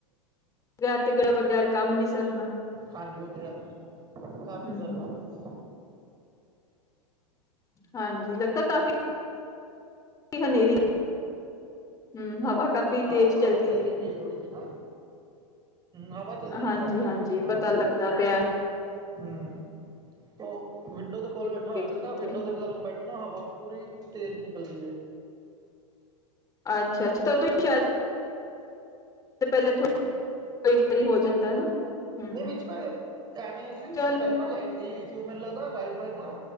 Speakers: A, on the left; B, on the right.
A: ਬਗੈਰ ਤੇ ਗੈਰ ਬਗੈਰ ਕੰਮ ਨੀ ਸਰਨਾ।
B: ਹਾਂਜੀ ਉਹ ਤੇ ਹੈ, ਕੰਮ ਨੀ
A: ਹੂੰ
B: ਚੱਲਨਾ ਬਸ,
A: ਹਾਂਜੀ ਲੱਗਦਾ ਕਾਫੀ, ਹਨੇਰੀ ਹੂੰ ਹਵਾ, ਕਾਫ਼ੀ ਤੇਜ਼
B: ਹਾਂ ਤੇ ਹਵਾ
A: ਚਲਦੀ
B: ਚੱਲਦੀ ਪਈ ਆ ਥੋੜੀ ਜੀ ਹੂੰ ਹਵਾ
A: ਹੈ
B: ਚੱਲਦੀ
A: ਹਾਂਜੀ
B: ਪਈ ਸਾਡੇ ਆਲੇ
A: ਹਾਂਜੀ
B: ਪਾਸੇ ਥੋੜੀ
A: ਪਤਾ
B: ਜੀ
A: ਲੱਗਦਾ ਪਿਆ
B: ਹੂੰ, ਤੇ ਔ ਵਿੰਡੋ ਦੇ ਕੋਲ
A: ਠੀਕ
B: ਬੈਠਾ ਹੋਇਆ
A: ਹੈ ਠੀਕ
B: ਸੀ, ਨਾ ਵਿੰਡੋ
A: ਹੈ
B: ਦੇ ਕੋਲ ਬੈਠੋ ਨਾ ਹਵਾ ਪੂਰੀ ਤੇਜ਼ ਨਿਕਲਦੀ ਹੈ।
A: ਅੱਛਾ-ਅੱਛਾ ਤਾਂਦੋਂ ਹੀ ਸ਼ਾਇਦ, ਪਹਿਲੇ ਕਈ ਵਾਰੀ ਹੋ ਜਾਂਦਾ ਨਾ, ਹਮ
B: ਨਹੀਂ ਵਿੱਚ ਨਾ ਐਵੇਂ ਆ ਸੀਸ
A: ਚੱਲ
B: ਪੈਲੇ ਨਾ ਲਾਈਟ ਗਈ ਹੋਈ ਸੀ ਔ ਮੈਨੂੰ ਲੱਗਦਾ। ਵਾਈ ਫਾਈ ਨਾ